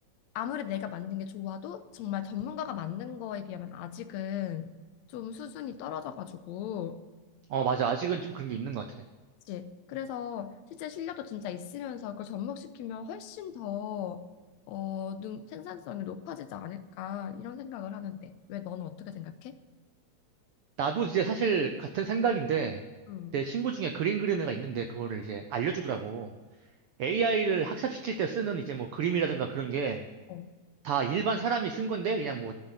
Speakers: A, on the left; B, on the right.
A: 아무리 내가 만든 게 좋아도 정말 전문가가 만든 거에 비하면 아직은 좀 수준이 떨어져가지고
B: 어, 맞아. 아직은 좀 그런 게 있는 것 같아.
A: 그치? 그래서 실제 실력도 진짜 있으면서 그걸 접목시키면 훨씬 더 어, 능, 생산성이 높아지지 않을까 이런 생각을 하는데 왜 너는 어떻게 생각해?
B: 나도 이제 사실 같은 생각인데,
A: 음.
B: 내 친구 중에 그림 그리는 애가 있는데, 그거를 이제 알려주더라고. AI를 학습시킬 때 쓰는 이제 뭐 그림이라든가 그런 게
A: 어.
B: 다 일반 사람이 쓴 건데, 그냥 뭐